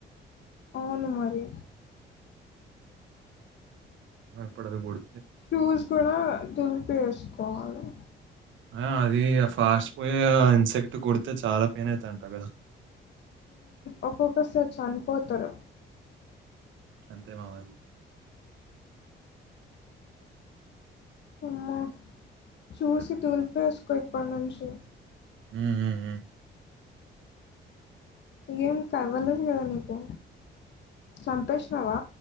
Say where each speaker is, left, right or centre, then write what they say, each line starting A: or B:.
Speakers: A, on the left (about 60°); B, on the right (about 75°).
A: అవును మరి
B: ఎప్పుడుది కొడు
A: షూస్ కూడా దులిపేసుకోవాలి
B: ఆ అది ఫాస్ట్ పోయ ఇన్సెక్ట్ కుడితే చాలా పెయిన్ అయితంటా కదా
A: ఉ ఒక్కొక్కసారి చనిపోతారు
B: అంతే మావాలి
A: అమ్మా చూసి
B: ఇప్పుడైతే
A: దూలిపేసుకో
B: మరి.
A: ఇప్పటి నుంచి
B: హ
A: ఇకేం పరవాలేదు కదా నీకు సంపేష్ినవా